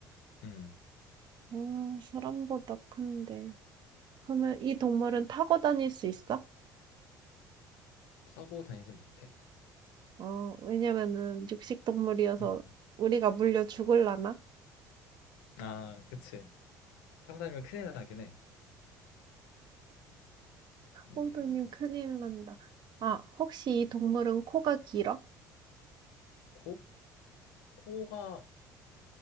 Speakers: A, on the left (about 75°); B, on the right (about 45°).
A: 음,
B: 어, 사람보다 큰데. 그러면 이 동물은 타고 다닐 수 있어?
A: 타고 다니지 못해.
B: 어, 왜냐면은 육식 동물이어서
A: 음,
B: 우리가 물려 죽을라나?
A: 아, 그치. 타고 다니면 큰일 나긴 해. 음,
B: 호두님 큰일 난다. 아, 혹시 이 동물은 코가 길어?
A: 코? 코가